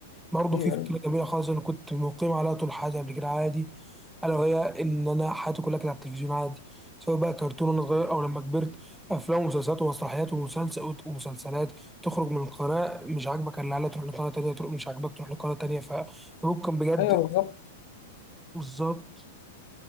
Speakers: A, in the centre; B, on the left (about 50°).
A: برضه
B: ايوه
A: في فكرة
B: ايوه
A: جميلة خالص أنا كنت مقيم عليها طول حياتي قبل كده عادي ألا وهي إن أنا حياتي كلها كانت على التلفزيون عادي سواء بقى كرتون وأنا صغير أو لما كبرت أفلام ومسلسلات ومسرحيات ومسلسل ومسلسلات تخرج من القناة مش عاجبك اللي عليها تروح لقناة تانية تروح مش عاجبك تروح لقناة تانية فممكن بجد
B: أيوة بالظبط
A: بالظبط